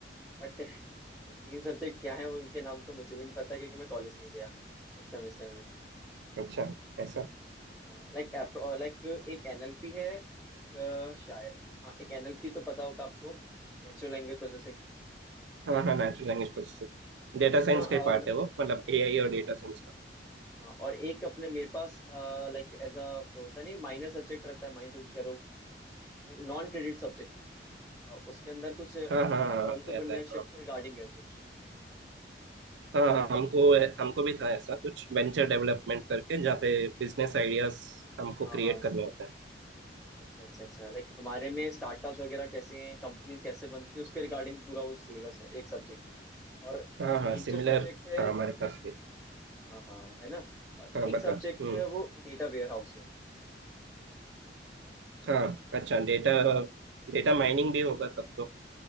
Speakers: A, in the centre; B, on the right.
A: बट <laughs> वो तीन सब्जेक्ट क्या है वो उनके नाम तो मुझे भी नहीं पता क्योंकि मैं कॉलेज नहीं गया इस सेमेस्टर में
B: अच्छा ऐसा
A: हाँ लाइक लाइक एक एनएलपी है एक अ, शायद हाँ एक एनएलपी तो पता होगा आपको Natural language processing
B: हाँ हाँ नेचुरल लैंग्वेज प्रोसेसिंग डेटा
A: है
B: साइंस
A: ना
B: का ही
A: और
B: पार्ट है वो मतलब एआई और
A: हाँ
B: डेटा साइंस का
A: हाँ और एक अपने मेरे पास लाइक एज अ होता नहीं माइनर सब्जेक्ट रहता है माइनर सब्जेक्ट कह रहा हूँ लाइक नॉन क्रेडिट सब्जेक्ट उसके अंदर कुछ
B: हाँ हाँ
A: ऑन्टरप्रेन्योरशिप
B: हाँ ऐसा है हाँ।
A: के रिगार्डिंग है कुछ
B: हाँ हाँ, हमको
A: है ना
B: हमको भी था ऐसा कुछ वेंचर डेवलपमेंट करके जहाँ पे बिजनेस आइडियाज हमको
A: हाँ
B: क्रिएट
A: हाँ
B: करने होते हैं
A: अच्छा अच्छा अच्छा लाइक हमारे में स्टार्टअप्स वगैरह कैसे हैं कंपनी कैसे बनती है उसके रिगार्डिंग पूरा वो सिलेबस है एक सब्जेक्ट है। और
B: हाँ हाँ
A: एक
B: सिमिलर
A: जो सब्जेक्ट है
B: था हमारे पास भी
A: हाँ हाँ है ना और
B: हाँ
A: एक
B: बता
A: सब्जेक्ट
B: हम्म
A: है वो डेटा वेयर हाउस है
B: हाँ अच्छा डेटा डेटा माइनिंग भी होगा तब तो